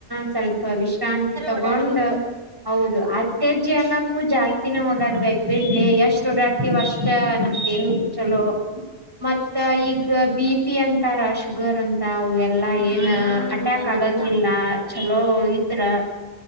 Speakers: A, on the right; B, on the right.
A: ಸ್ವಲ್ಪ ವಿಶ್ರಾಂತಿ ತಗೊಂಡ್
B: ಓಡಾಡ್ಬೇಕು
A: ಹೌದು ಅತ್ಯಜೆ ಅನ್ನಕ್ಕೂಜಾಸ್ ಇನ್ನ <unintelligible> ಬೆಳ್ಳಿ ಎಷ್ಟು ಡಾಡ್ತಿೀವ ಅಷ್ಟ ನಮ್ಗೆ ಹ ಚಲೋ ಮತ್ತ <inaudible> ಈಗ ಬಿ ಪಿ ಅಂತಾರಾ ಶುಗರ್ ಅಂತ ತಾವು ಎಲ್ಲಾ
B: ಹ್ಮ್
A: ಏನ್ ಅಟ್ಯಾಕ್
B: ಬಂದ್ಬಿಟ್ಟ
A: ಆಗಂಗಿಲ್ಲ ಚಲೋ ಇದ್ರ